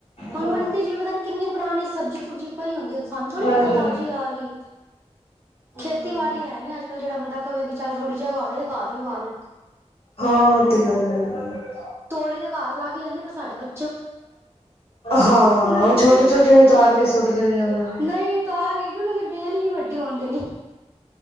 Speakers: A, on the left; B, on the right.
A: ਹਾਂ
B: ਹੁਣ ਮੰਡੀ 'ਚ ਪਤਾ ਨੀ ਕਿੰਨੀ ਪੁਰਾਣੀ ਸਬਜ਼ੀ, ਸੁਬਜ਼ੀ ਪਈ ਹੁੰਦੀ, ਸਾਨੂੰ ਥੋੜ੍ਹੀ
A: ਹਾਂਜੀ
B: ਪਤਾ
A: ਹਾਂਜੀ।
B: ਤਾਜ਼ੀ ਆ ਰਹੀ।
A: ਹੂੰ।
B: ਖੇਤੀਬਾੜੀ ਹੈ ਨੀ ਅੱਜ- ਕੱਲ ਜੇਹੜਾ ਬੰਦਾ ਕਵੇ ਕਿ ਚੱਲ ਥੋੜ੍ਹੀ ਜਗਹਾ ਹੋਵੇ ਤੇ ਘਰ ਹੀ ਉਗਾ ਲਵੇ।
A: ਹਾਂ ਇਹ ਤੇ ਗੱਲ ਹੈਗੀ ਆ।
B: ਤੋਰੀ ਤੇ ਘਰ ਲੱਗ ਜਾਂਦੀ, ਪਰ ਸਾਡੇ ਬੱ
A: ਹਾਂ
B: ਉਹਨਾਂ ਨੇ
A: ਛੋਟੇ, ਛੋਟੇ ਉਤਾਰ ਕੇ ਸੁੱਟ ਦੇਣੀਆ ਉਹਨਾਂ ਨੇ
B: ਨਹੀਂ ਉਤਾਰ ਗਏ, ਕਿ ਉਹਨਾਂ ਨੇ ਬੇਲ ਹੀ ਨੀ ਵੱਡੀ ਹੋਣ ਦੇਣੀ।